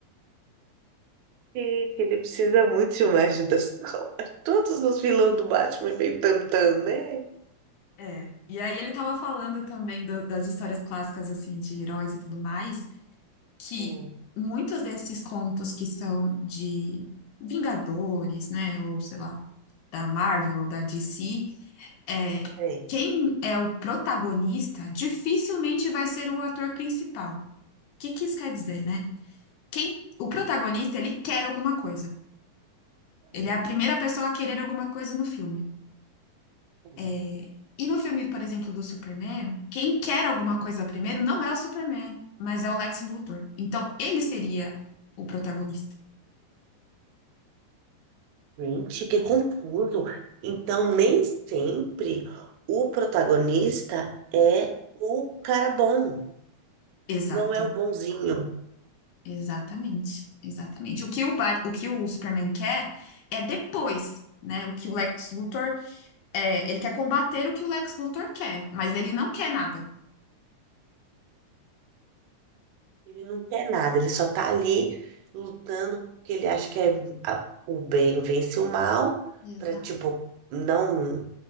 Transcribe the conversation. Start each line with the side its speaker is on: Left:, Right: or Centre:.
Right: Gente, ele precisa muito de uma ajuda psicológica. <laughs> Todos os vilões do Batman é meio tantão, né?
Left: É. E aí ele tava falando também do- das histórias clássicas, assim, de heróis e tudo mais. que
Right: Hum,
Left: muitos desses contos que são de Vingadores, né, ou sei lá, da Marvel ou da DC, é,
Right: sei.
Left: quem é o protagonista dificilmente vai ser o ator principal. O que que isso quer dizer, né? Quem, o protagonista, ele quer alguma coisa.
Right: Hum,
Left: Ele é a primeira pessoa a querer alguma coisa no filme.
Right: hum.
Left: É, E no filme, por exemplo, do Superman, quem quer alguma coisa primeiro não é o Superman, mas é o Lex Luthor. Então, ele seria o protagonista.
Right: Gente, que confuso. Então, nem sempre o protagonista é o cara bom,
Left: Exato.
Right: não é o bonzinho.
Left: Exatamente, exatamente. O que o, Bat- o que o Superman quer é depois, né? O que o Lex Luthor é, ele quer combater o que o Lex Luthor quer, mas ele não quer nada.
Right: Ele não quer nada, ele só tá ali lutando porque ele acha que é a- o bem vence o mal,
Left: Exato.
Right: pra, tipo, não